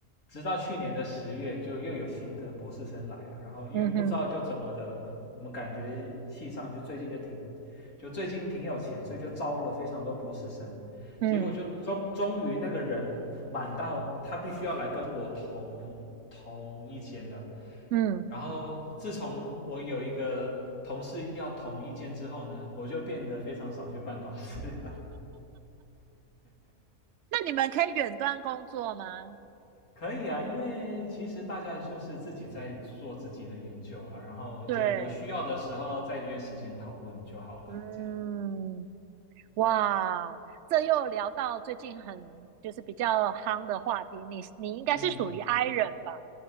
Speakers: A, on the left; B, on the right.
A: 直到去年的十月，就又有新的博士生来了，然后因为不知道就怎么的，
B: 嗯哼
A: 我们感觉系上就最近就挺就最近挺有钱，所以就招了非常多博士生，
B: 嗯
A: 结果就终终于那个人满到他必须要来跟我同同一间了，
B: 嗯。
A: 然后自从我有一个同事要同一间之后呢，我就变得非常少去办公室了。
B: 那你们可以远端工作吗？
A: <laughs> 可以啊，因为其实大家就是自己在做自己的研究了，然后就有需要的时候再约时间讨论就好了。
B: 对，嗯，
A: 这样，
B: 哇，这又聊到最近很就是比较夯的话题，你你应该是属于
A: 嗯，
B: I 人吧？